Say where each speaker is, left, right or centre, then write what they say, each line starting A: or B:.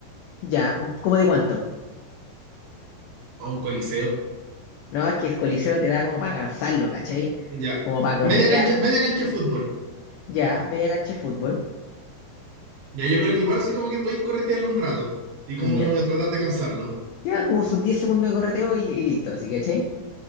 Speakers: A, on the left (about 85°); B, on the right (about 85°).
A: ya, un- ¿cómo de cuánto?
B: o un coliseo.
A: No, es que el coliseo te da como para cansarlo, ¿cachai?
B: Ya.
A: Como para corretear.
B: Media cancha, media cancha de fútbol.
A: Ya, media cancha de fútbol.
B: Ya, yo creo que igual así como que podéis corretearlo un rato. Y como
A: Ya.
B: que voy a tratar de cansarlo.
A: Lleva como sus 10 segundos de correteo y, y listo, ¿sí, cachai?